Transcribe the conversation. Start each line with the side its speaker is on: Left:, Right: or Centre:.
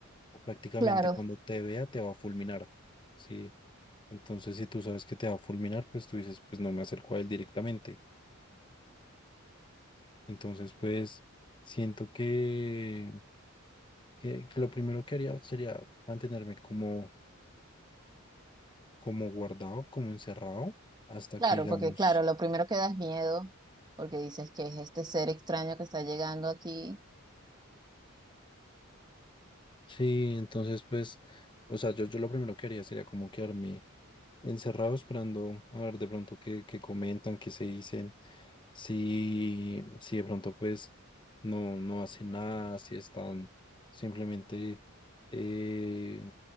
Left: o prácticamente
Right: Claro.
Left: cuando te vea te va a fulminar, ¿sí? Entonces, si tú sabes que te va a fulminar, pues tú dices, pues no me acerco a él directamente. Entonces, pues, siento que, que que lo primero que haría sería mantenerme como como guardado, como encerrado, hasta
Right: Claro,
Left: que digamos,
Right: porque claro, lo primero que da es miedo, porque dices que es este ser extraño que está llegando aquí.
Left: sí, entonces pues, o sea, yo, yo lo primero que haría sería como quedarme encerrado esperando a ver de pronto qué, qué comentan, qué se dicen, Si, si de pronto pues no, no hacen nada, si están simplemente, eh,